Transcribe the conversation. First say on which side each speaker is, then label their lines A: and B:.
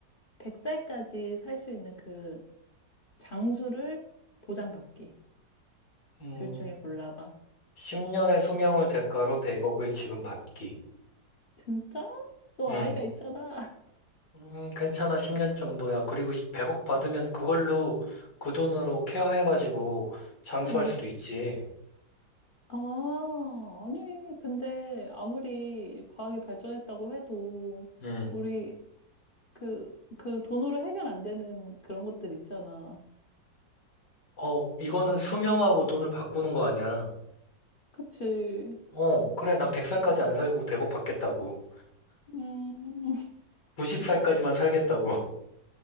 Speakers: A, on the left; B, on the left.
A: 100살까지 살 수 있는 그 장수를 보장받기
B: 음,
A: 둘 중에 골라봐.
B: 십 10년의 수명을 대가로 100억을 지금 받기.
A: 진짜? 너
B: 음,
A: 아이가 있잖아. <laughs>
B: 음, 괜찮아, 10년 정도야. 그리고 100억 받으면 그걸로 그 돈으로 케어해가지고 장수할
A: 어.
B: 수도 있지.
A: 아, 아니, 근데 아무리 과학이 발전했다고 해도
B: 음,
A: 우리 그, 그 돈으로 해결 안 되는 그런 것들 있잖아.
B: 어, 이거는 수명하고 돈을 바꾸는 거 아니야.
A: 그치.
B: 어, 그래, 난 100살까지 안 살고 100억 받겠다고.
A: 음, <laughs>
B: 90살까지만 살겠다고. <laughs>